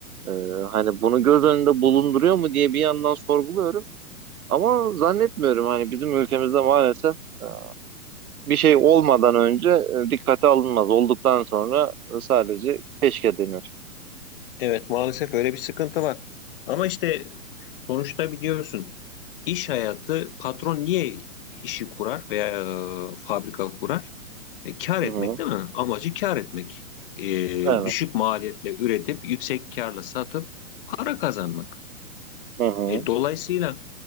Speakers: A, on the right (about 80°); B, on the left (about 40°).
A: E, hani bunu göz önünde bulunduruyor mu diye bir yandan sorguluyorum. Ama zannetmiyorum hani bizim ülkemizde maalesef e, bir şey olmadan önce e, dikkate alınmaz. Olduktan sonra e, sadece keşke denir.
B: Evet maalesef öyle bir sıkıntı var. Ama işte sonuçta biliyorsun iş hayatı patron niye işi kurar veya e, fabrika kurar? E, kar
A: Hı
B: etmek
A: hı.
B: değil mi? Amacı kar etmek. E,
A: Evet.
B: düşük maliyetle üretip yüksek karla satıp para kazanmak.
A: Hı hı.
B: E, dolayısıyla